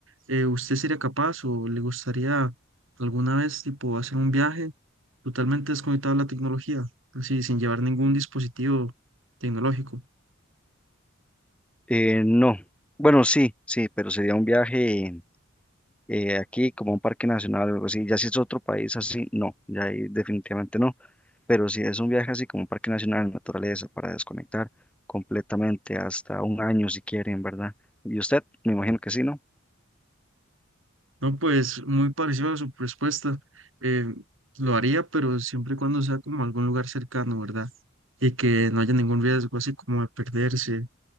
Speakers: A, on the right (about 70°); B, in the centre.
A: eh, ¿usted sería capaz o le gustaría alguna vez, tipo, hacer un viaje totalmente desconectado de la tecnología, así, sin llevar ningún dispositivo tecnológico?
B: Eh, no, bueno, sí, sí, pero sería un viaje eh, aquí como a un parque nacional o algo así. Ya si es otro país así, no, ya ahí definitivamente no. Pero si es un viaje así como un parque nacional, naturaleza, para desconectar completamente hasta un año si quieren, ¿verdad? Y usted, me imagino que sí, ¿no?
A: No, pues muy parecido a su respuesta. eh, lo haría, pero siempre y cuando sea como algún lugar cercano, ¿verdad? Y que no haya ningún riesgo, así como de perderse